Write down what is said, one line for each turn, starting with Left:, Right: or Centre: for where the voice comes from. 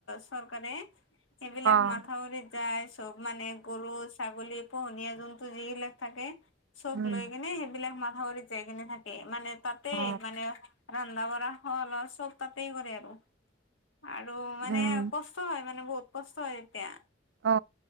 Left: চৰকাৰে সেইবিলাক
Right: অ
Left: মাথাউৰিত যায় চব মানে গৰু, ছাগলী পোহনীয়া জন্তু যিবিলাক থাকে চব
Right: উম
Left: লৈ কিনে সেইবিলাক মাথাউৰিত যাই কিনে থাকে মানে তাতে
Right: অ
Left: মানে- ৰন্ধা বঢ়া হল আৰু চব তাতেই কৰে আৰু। আৰু মানে
Right: উম
Left: কষ্ট হয় মানে বহুত কষ্ট হয় তেতিয়া।
Right: অ